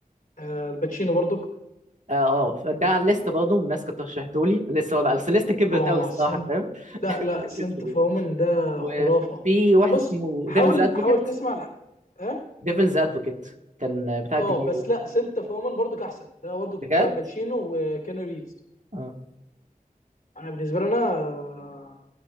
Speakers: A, on the left (about 60°); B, on the right (about 55°).
A: آه الباتشينو برضك
B: اه اه ده على الليست برضه الناس كانت رشحته لي لسه بقى بس الليست كبرت
A: اه
B: قوي الصراحه
A: سنت
B: فاهم <laughs>
A: لا لا
B: الليستة
A: سنت اوف
B: دي.
A: وومن ده
B: وفي
A: خرافه
B: واحد
A: لا بص
B: اسمه
A: حاول
B: ديفلز ادفوكيت
A: حاول تسمع الح... اه
B: ديفلز ادفوكيت كان بتاع
A: اه
B: الدنيا
A: بس لا سنت اوف وومن برضك احسن ده برضك
B: بجد
A: بتاع الباتشينو وكانو ريفز
B: اه
A: انا بالنسبه لي انا آه،